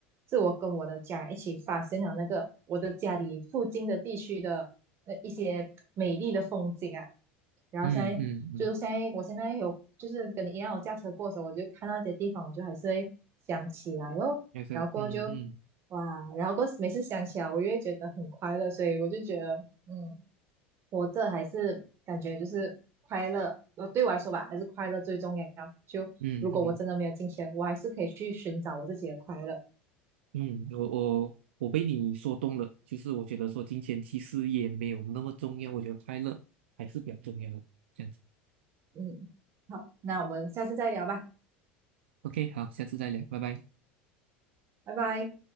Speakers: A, on the right; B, on the right.
A: 是我跟我的家人一起发现了那个我的家里附近的地区的那一些美丽的风景啊。然后现在就是现在，
B: 嗯嗯嗯，
A: 我现在有就是跟你一样，我驾车过的时候，我就看到一些地方，我就还是会想起来哦。
B: 那个嗯嗯
A: 然后过后就哇，然后过每次想起来，我越觉得很快乐，所以我就觉得，嗯，活着还是感觉就是快乐。呃，对我来说吧，还是快乐最重要。就如果我真的没有金钱，
B: 嗯嗯
A: 我还是可以去寻找我自己的快乐。
B: 嗯，我我我被你说动了，就是我觉得说金钱其实也没有那么重要，我觉得快乐还是比较重要的这样子。
A: 嗯，好，那我们下次再聊吧，
B: OK，好，下次再聊，拜拜。
A: 拜拜。